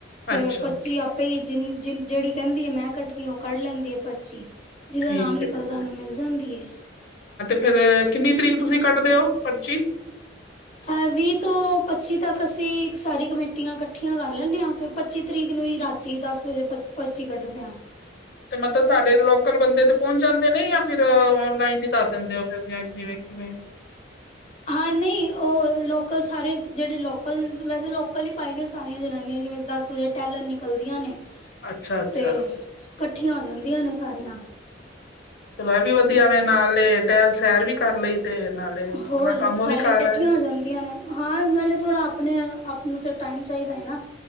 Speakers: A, on the left; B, on the left.
A: ਤੇ
B: ਅੱਛਾ
A: ਪਰਚੀ ਆਪੇ ਜਿਨ ਜਿਹੜੀ ਕਹਿੰਦੀ ਐ ਮੈਂ ਕੱਢਣੀ ਉਹ ਕੱਢ ਲੈਂਦੀ ਹੈ ਪਰਚੀ। ਜਿਹਦਾ
B: ਠੀਕ
A: ਨਾਮ ਨਿਕਲਦਾ
B: ਐ ਤੇ
A: ਉਹਨੂੰ ਮਿਲ ਜਾਂਦੀ ਏ।
B: ਫਿਰ ਕਿੰਨੀ ਤਰੀਕ ਤੁਸੀਂ ਕੱਢਦੇ ਹੋ ਪਰਚੀ।
A: ਹੈ ਵੀਹ ਤੋਂ ਪੱਚੀ ਤੱਕ ਅਸੀਂ ਸਾਰੀ ਕਮੇਟੀਆਂ ਇਕੱਠੀਆਂ ਕਰ ਲੈਂਦੇ ਹਾਂ ਫਿਰ ਪੱਚੀ ਤਰੀਕ ਨੂੰ ਹੀ ਰਾਤੀ ਦਸ ਵਜੇ ਪਰਚੀ ਕੱਢਦੇ ਹਾਂ
B: ਤੇ ਮਤਲਬ ਸਾਡੇ ਲੋਕਲ ਬੰਦੇ ਪਹੁੰਚ ਜਾਂਦੇ ਨੇ ਜਾਂ ਫਿਰ ਔਨਲਾਈਨ ਹੀ ਦੱਸ ਦਿੰਦੇ ਉਹ ਫਿਰ ਜਿਵੇਂ ਕਿਵੇ
A: ਹਾਂ ਨਹੀਂ ਉਹ ਲੋਕਲ ਸਾਰੇ ਜਿਹੜੇ ਲੋਕਲ ਵੈਸੇ ਲੋਕਲ ਹੀ ਪਾਈ ਦੀਆਂ ਸਾਰੀਆਂ ਜਨਾਨੀਆਂ ਜਿਵੇਂ ਦਸ ਵਜੇ ਟੈਲਰ ਨਿਕਲਦੀਆਂ ਨੇ
B: ਅੱਛਾ ਅੱਛਾ
A: ਤੇ ਇਕੱਠੀਆਂ ਹੋ ਜਾਂਦੀਆਂ ਨੇ ਸਾਰੀਆਂ
B: ਚਲੋ ਇਹ ਵੀ ਵਧੀਆ ਮੇਰੇ ਨਾਲ ਪੈਲ ਸੈਰ ਵੀ ਕਰ ਲਈ ਤੇ ਨਾਲੇ ਆਪਣਾ
A: ਹੋਰ
B: ਕੰਮ
A: ਸਾਰੀਆਂ
B: ਵੀ ਕਰ
A: ਇਕੱਠੀਆਂ
B: ਆਏ
A: ਹੋ ਜਾਂਦੀਆਂ ਨੇ ਹਾਂ ਨਾਲੇ ਥੋੜਾ ਆਪਣੇ ਆਪ ਨੂੰ ਤੇ ਟਾਈਮ ਚਾਹੀਦਾ ਹੈ ਨਾ